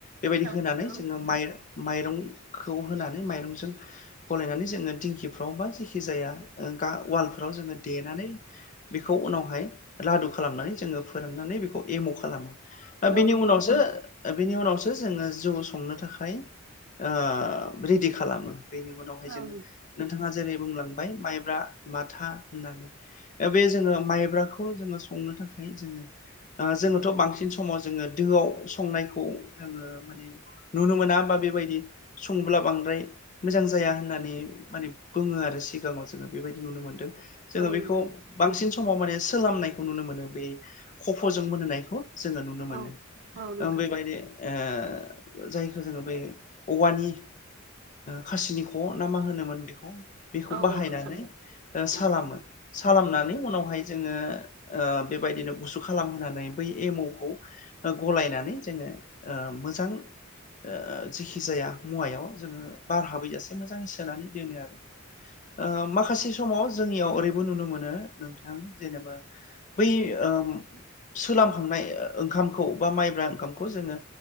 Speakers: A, on the left (about 40°); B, on the right (about 55°).
A: बेबायदि
B: औ
A: होनानै
B: नोंथां
A: जोङो माय-माइरंखौ होनानै माइरं जों गलनानै जोङो दिंखिफ्राव बा जेखि जाया ओ उवालफोराव जोङो देनानै बेखौ उनावहाय लादु खालामनानै जोङो फोराननानै बेखौ एम' खालामो। बेनि
B: औ नोंथां
A: उनावसो बेनि उनावसो जोङो जौ संनो थाखाय ओ रेडि खालामो बेनि उनाव
B: औ
A: जोङो नोंथाङा जेरै बुंलांबाय माइब्रा माथा होननानै बे जोङो माइब्राखौ जोङो संनो थाखाय जोङो ओ जोङोथ' बांसिन समाव जोङो दोआव संनायखौ जोङो माने नुनो मोना होमा बेबायदि संब्ला बांद्राय मोजां जाया होननानै माने बुङो आरो सिगाङाव जोङो बेबायदि नुनो मोनदों जोङो
B: नोंथां औ
A: बेखौ
B: नोंथां
A: बांसिन समाव माने सोललामनायखौ नुनो मोनो बे खफ'जों मोनहोनायखौ जोङो नुनो मोनो
B: औ औ नोंथां
A: ओ बेबायदि ओ जायखौ जोङो बै औवानि खासिनिखौ ना मा होनोमोन बेखौ बेखौ
B: औ
A: बाहायनानै
B: औ नोंथां औ नोंथां
A: ओ
B: औ
A: सालामो
B: नोंथां
A: सलामनानै उनावहाय जोङो ओ बेबायदिनो गुसु खालामहोनानै बै एमावखौ गलायनानै जोङो ओ मोजां ओ जेखि जाया मुवायाव जोङो बार हाबैजासे मोजाङै सोनानै दोनो आरो। ओ माखासे समाव जोंनियाव ओरैबो नुनो मोनो नोंथां जेनेबा बै ओम सोलखांनाय ओंखामखौ बा माइब्रा ओंखामखौ जोङो